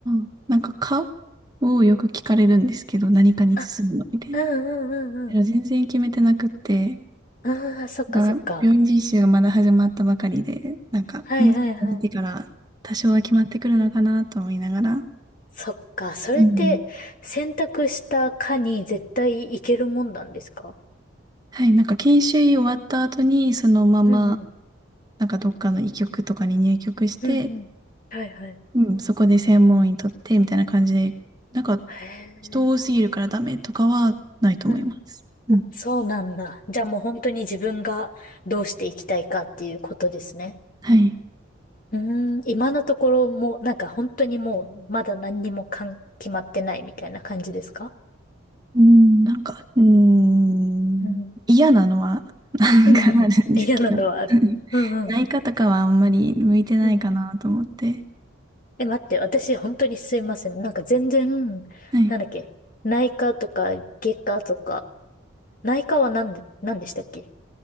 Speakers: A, on the right; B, on the left.
A: あ、なんか、かをよく聞かれるんですけど、何かに進むのみたいな。
B: あ、うんうんうんうん。
A: でも全然決めてなくって、
B: ああ、そっかそっか。
A: だから病院実習がまだ始まったばかりで、なんか、
B: はいはいはい。
A: もうちょっと見てから、多少は決まってくるのかなと思いながら、
B: そっか、それって選択した科に絶対行けるもんなんですか
A: うんはい、なんか研修医終わった後に、そのまま、
B: うんうん。
A: なんかどっかの医局とかに入局して、
B: うんうん。はいはい。
A: うん、そこで専門医取って、みたいな感じで、なんか、
B: へえ、
A: 人多すぎるからダメとかはないと思います。
B: うん。
A: うん。
B: そうなんだ。じゃあもう本当に自分がどうしていきたいかっていうことですね。
A: はい。
B: うーん、今のところもなんか本当にもうまだ何にもかん、決まってないみたいな感じですか
A: うん、なんか、うん、
B: うん。
A: 嫌なのは <laughs>、なんかあるんですけど、
B: うんうん。嫌なのはある。
A: <laughs>
B: うんうん
A: 内科とかはあんまり向いてないかなと思って、
B: うん。え、待って、私、本当にすいません。なんか全然、
A: はい。
B: なんだっけ、内科とか外科とか、内科はなんで、なんでしたっけ